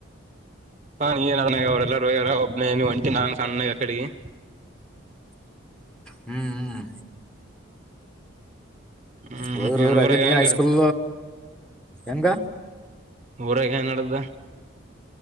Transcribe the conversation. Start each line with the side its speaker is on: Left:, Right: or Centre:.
Right: ಹಾ ನೀ ಅನಾಗ ಅವ್ರಲ್ಲ ಹೋಗ್ಯಾರಒಬ್ಬನೇ ಇನೀ ಒಂಟಿ ನಾನ್ ಸಣ್ಣಾಗ ಅಕಡಿಗೆ
Centre: ಹ್ಮ್ ಹ್ಮ್
Right: ಹ್ಮ್
Centre: ಹೋಗ್ರಿ ಹೋಗ್ರಿ
Right: ಏನ್ ಊರಾಗ
Centre: ಅದೇ ನೀನ್
Right: ಹೆಂಗ
Centre: ಐಸ್ಕೂಲ್ ಹೆಂಗ
Right: ಊರಾಗ ಏನಡ್ದ